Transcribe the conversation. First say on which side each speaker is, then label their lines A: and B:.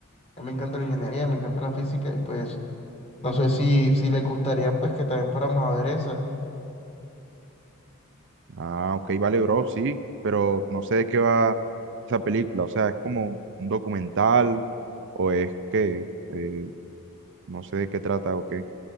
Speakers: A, on the left; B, on the right.
A: a mí me encanta la ingeniería, me encanta la física. Y pues No sé si, si les gustaría pues que también fuéramos a ver esa.
B: Ah, ok, vale, bro, sí, pero no sé de qué va esa película, o sea, es como un documental o es que eh, no sé de qué trata o qué.